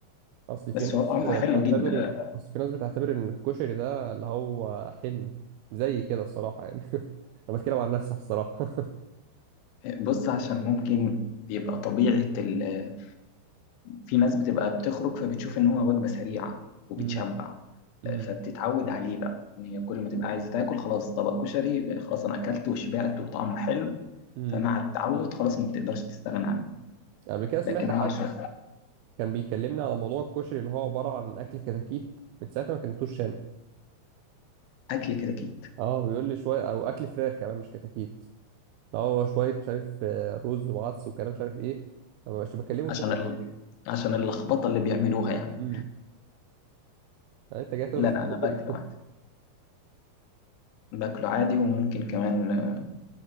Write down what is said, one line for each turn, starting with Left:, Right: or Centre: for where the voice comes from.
Right: اصل في
Left: بس
Right: ناس
Left: هو طعمه
Right: بتعتبر
Left: حلو جدا
Right: بس في ناس بتعتبر ان الكشري ده اللي هو حلم زي كده الصراحه يعني <laughs> انا بتكلم عن نفسي الصراحه
Left: بص عشان ممكن بيبقى طبيعة ال آه، في ناس بتبقى بتخرج فبتشوف إن هو وجبة سريعة وبتشبع
Right: <laughs> امم امم
Left: آه، فبتتعود عليه بقى إن هي كل ما تبقى عايزة تاكل خلاص طبق كشري آه، خلاص أنا أكلت وشبعت وطعمه حلو
Right: امم
Left: فمع التعود خلاص ما بتقدرش تستغنى عنه
Right: قبل كده سمعت
Left: لكن
Right: حد
Left: هو عشان
Right: كان بيكلمني على موضوع الكشري اللي هو عباره عن اكل كتاكيت من ساعتها ما كلمتوش تاني
Left: أكل كده أكيد
Right: اه بيقول لي شويه او اكل فراخ كمان مش كتاكيت هو شويه مش عارف آه، رز وعدس وكلام مش عارف ايه ما بقاش بكلمه
Left: عشان
Right: تاني
Left: ال... عشان اللخبطة اللي بيعملوها يعني
Right: امم يعني انت جاي تغلط
Left: لا لا
Right: في
Left: أنا
Right: الكشري
Left: باكله عادي باكله عادي وممكن كمان آه،